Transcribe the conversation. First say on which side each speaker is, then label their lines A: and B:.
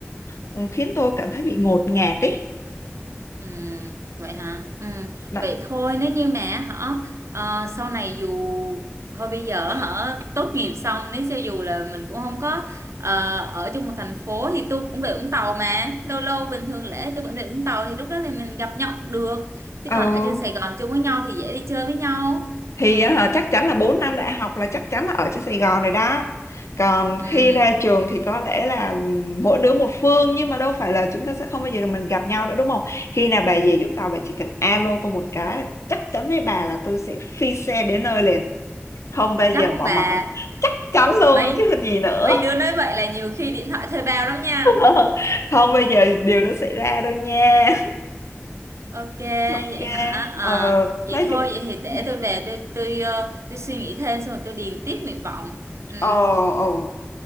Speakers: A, on the left; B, on the right.
A: ừ, khiến tôi cảm thấy bị ngột ngạt ý
B: Ừ, vậy hả? Ừ.
A: Đó.
B: Vậy thôi nếu như mà họ ờ, sau này dù thôi bây giờ họ tốt nghiệp xong nếu cho dù là mình cũng không có ờ, ở chung một thành phố thì tôi cũng về Vũng Tàu mà lâu lâu bình thường lễ tôi vẫn về Vũng Tàu thì lúc đó thì mình gặp nhau cũng được chứ
A: Ừ
B: còn ở trên Sài Gòn chung với nhau thì dễ đi chơi với nhau
A: thì
B: ừ.
A: á chắc chắn là 4 năm đại học là chắc chắn là ở trên Sài Gòn rồi đó còn
B: Ừ.
A: khi ra trường thì có lẽ là ừ, mỗi đứa một phương nhưng mà đâu phải là chúng ta sẽ không bao giờ mình gặp nhau nữa đúng không khi nào bà về Vũng Tàu bà chỉ cần alo tôi một cái là chắc chắn với bà là tôi sẽ phi xe đến nơi liền không bao giờ
B: chắc không
A: bỏ
B: bà
A: mặc chắc chắn luôn
B: mấy
A: chứ còn gì nữa
B: mấy đứa nói vậy là nhiều khi điện thoại thuê bao lắm nha
A: <laughs> không bao giờ điều đó xảy ra đâu nha
B: ok
A: ok
B: vậy hả à,
A: ờ,
B: vậy
A: nói
B: thôi
A: chung
B: vậy thì để
A: ừ.
B: tôi về tôi tôi ờ, tôi suy nghĩ thêm xong rồi tôi điền tiếp nguyện vọng ừ
A: ồ ồ